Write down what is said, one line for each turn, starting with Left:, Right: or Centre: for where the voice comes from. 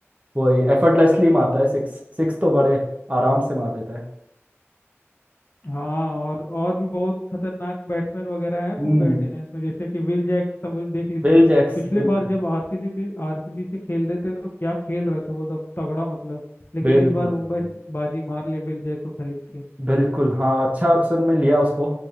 Right: वही एफर्टलेसली मारता है सिक्स सिक्स तो बड़े आराम से मार देता है
Left: हाँ और और भी बहुत खतरनाक बैट्समैन वगैरह है मुंबई
Right: हम्म
Left: इंडियंस में जैसे कि विल जैक समझ देख लीजिए
Right: बिल जैक्स
Left: पिछले
Right: बिल्कुल
Left: बार जब आरसीबी भी आरसीबी से खेल रहे थे तो क्या खेल रहे थे वो एकदम तगड़ा मतलब लेकिन
Right: बिल्कुल
Left: इस बार
Right: बिल्कुल
Left: मुंबई बाजी मार लिए विल जैक को खरीद के
Right: बिल्कुल हाँ अच्छा ऑप्शन में लिया उसको